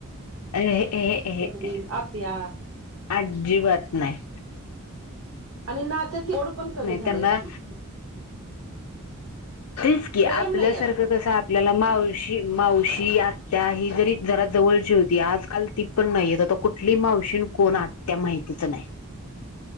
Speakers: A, on the left (about 80°); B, on the right (about 65°).
A: ए हे हे ये
B: बहीण,
A: हे
B: आत्या
A: आजीबात नाय.
B: आणि नात्यातली ओड पण कमी झाले
A: त्यांना
B: एचुली.
A: तेच की
B: प्रेम
A: आपल्यासारखं
B: नाही आजकाल
A: कसं आपल्याला मावशी मावशी आत्त्या ही जरी जरा जवळची होती. आजकाल ती पण नायेत कुठली मावशीण कोण आत्या माहितीच नाय.